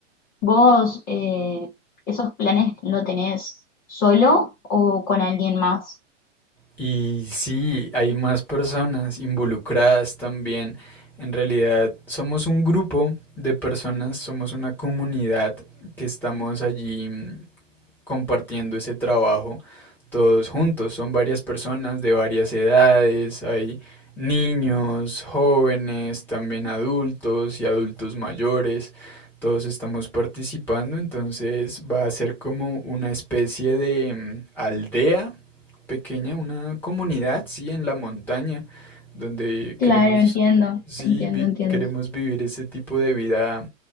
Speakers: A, on the left; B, in the centre.
A: ¿Vos eh, esos planes lo tenés solo o con alguien más?
B: Y sí, hay más personas involucradas también. En realidad somos un grupo de personas, somos una comunidad que estamos allí mm, compartiendo ese trabajo todos juntos. Son varias personas de varias edades, hay niños, jóvenes, también adultos y adultos mayores. Todos estamos participando, entonces va a ser como una especie de mm, aldea pequeña, una comunidad, sí, en la montaña, donde
A: Claro,
B: queremos,
A: entiendo,
B: sí,
A: entiendo,
B: vi-
A: entiendo.
B: queremos vivir ese tipo de vida